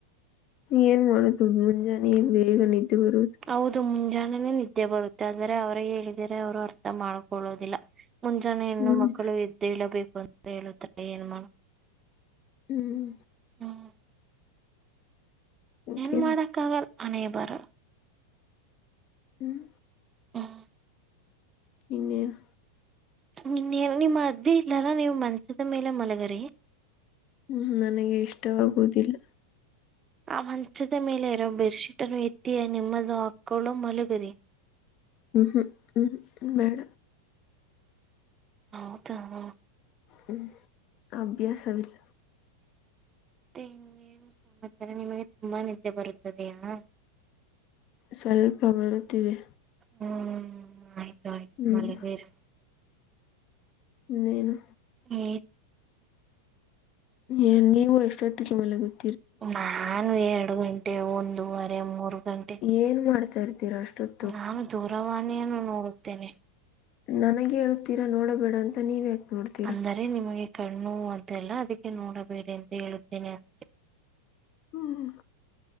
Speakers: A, on the left (about 35°); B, on the right (about 20°).
A: ಏನ್ ಮಾಡುದು ಮುಂಜಾನೆ ಬೇಗ ನಿದ್ದೆ ಬರುದು
B: ಹೌದು ಮುಂಜಾನೆನೆೇ ನಿದ್ದೆ ಬರುತ್ತೆ ಆದ್ರೆ ಅವ್ರಿಗೆ ಹೇಳಿದರೆ ಅವ್ರು ಅರ್ಥ ಮಾಡ್ಕೊಳ್ಳೋದಿಲ್ಲ. ಮುಂಜಾನೆ ಹೆಣ್ಣು
A: ಹ್ಮ್
B: ಮಕ್ಕಳು ಎದ್ದಳಬೇಕು ಅಂತ ಹೇಳುತ್ತಾರೆ ಏನ್ ಮಾಡ
A: ಹ್ಮ್
B: ಹ್ಮ್
A: ಓಕೆ
B: ಏನ್ ಮಾಡಕ್ಕ ಆಗಲ್ಲ ಹಣೆ ಬರ.
A: ಹ್ಮ್
B: ಹ್ಮ್
A: ಇನ್ನೇನು
B: ನಿನ್ನೇನು ನಿಮ್ಮ ಅಜ್ಜಿ ಇಲ್ಲಲ್ಲ ನೀವು ಮಂಚದ ಮೇಲೆ ಮಲಗರಿ
A: ಹ್ಮ್ ನನಗೆ ಇಷ್ಟವಾಗುವುದಿಲ್ಲ.
B: ಆ ಮಂಚದ ಮೇಲೆ ಇರೋ ಬೆಡ್ ಶೀಟ್ ಅನ್ನು ಎತ್ತಿ ನಿಮ್ಮದು ಹಾಕೊಂಡು ಮಲಗರಿ
A: ಹ್ಞ ಹ್ಞೂ ಹ್ ಬೇಡ
B: ಹೌದಾ ಮತ್ತೆ
A: ಹ್ಮ್ ಅಭ್ಯಾಸವಿಲ್ಲ.
B: ಮತ್ತೆ ಇನ್ನೇರು ಸಮಾಚಾರ ನಿಮಗೆ ತುಂಬಾ ನಿದ್ದೆ ಬರುತ್ತದೆಯಲ್ಲ
A: ಸ್ವಲ್ಪ ಬರುತ್ತಿದೆ.
B: ಹ್ಮ್ ಆಯ್ತು ಆಯ್ತು
A: ಹ್ಮ್,
B: ಮಲಗಿರಿ
A: ಇನ್ನೇನು.
B: ಹ್ಮ
A: ಏ ನೀವು ಎಷ್ಟೊತ್ತುಗೇ ಮಲಗುದು
B: ನಾನು ಎರಡು ಗಂಟೆ, ಒಂದೂವರೆ, ಮೂರು ಗಂಟೆ,
A: ಏನ್ ಮಾಡ್ತಾ ಇರ್ತೀರಾ ಅಷ್ಟು ಹೊತ್
B: ನಾನು ದೂರವಾಣಿಯನ್ನು ನೋಡುತ್ತೇನೆ.
A: ನನಗೆ ಹೇಳುತ್ತೀರಾ ನೋಡಬೇಡ ಅಂತ ನೀವ್ ಯಾಕೆ ನೋಡ್ತೀರ
B: ಅಂದರೆ ನಿಮಗೆ ಕಣ್ಣುನೋವ್ ಅದೆಲ್ಲ ಅದಕ್ಕೆ ನೋಡಬೇಡಿ ಅಂತ ಹೇಳುತ್ತೇನೆ ಅಷ್ಟೇ
A: ಹ್ಮ್